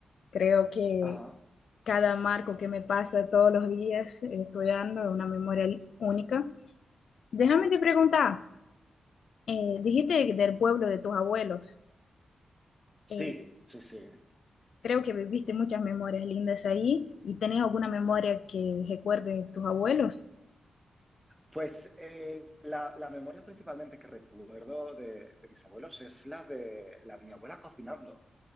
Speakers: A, on the left; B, in the centre.
A: Creo que
B: Ajá.
A: cada marco que me pasa todos los días eh, estudiando es una memoria li- única. Déjame te preguntar, eh, dijiste del pueblo de tus abuelos. eh,
B: Sí, sí, sí.
A: Creo que viviste muchas memorias lindas ahí y tenés alguna memoria que recuerde tus abuelos.
B: Pues eh, la, la memoria principalmente que recuerdo de, de mis abuelos es la de, la de mi abuela cocinando.